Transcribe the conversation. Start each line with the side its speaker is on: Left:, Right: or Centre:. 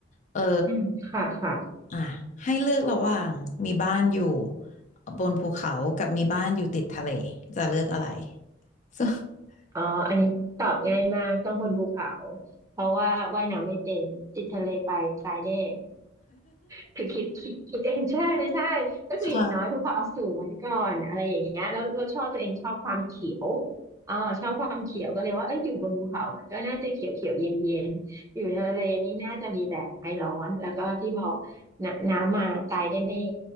Left: เออ
Right: อืมค่ะค่ะ
Left: อ่ะให้เลือกระหว่างมีบ้านอยู่บนภูเขากับมีบ้านอยู่ติดทะเลจะเลือกอะไร <laughs>
Right: อ๋ออันนี้ตอบง่ายมากต้องบนภูเขาเพราะว่าว่ายน้ำไม่เป็นติดทะเลไปตายแน่ <laughs> คือคิดคิดคิดเองใช่ใช่ก็คืออย่างน้อยภูเขาเอาสูงไว้ก่อนอะไรอย่างเงี้ยแล้วเราชอบตัวเองชอบความเขียว
Left: ค่ะ <laughs>
Right: อ่าชอบความเขียวก็เลยว่าเอ้ยอยู่บนภูเขามันก็น่าจะเขียวเขียวเย็นเย็นอยู่ทะเลนี่น่าจะมีแต่ไอร้อนแล้วก็ที่บอกนน้ำมาตายแน่